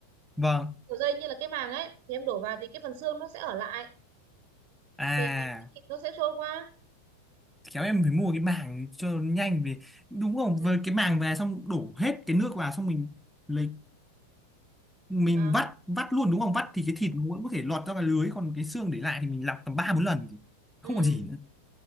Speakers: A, in the centre; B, on the right.
A: vâng.
B: đồ dây như là cái màng ấy thì em đổ vào thì cái phần xương nó sẽ ở lại
A: À
B: thì còn cái thịt nó sẽ trôi qua
A: khéo em phải mua cái màng cho nhanh về đúng không
B: ừ.
A: với cái màng về xong đổ hết cái nước vào xong mình lấy mình
B: đó
A: vắt vắt luôn đúng không vắt thì cái thịt nó vẫn có thể lọt ra cái lưới còn cái xương để lại thì mình lọc tầm ba bốn lần thì
B: ừ
A: không còn gì nữa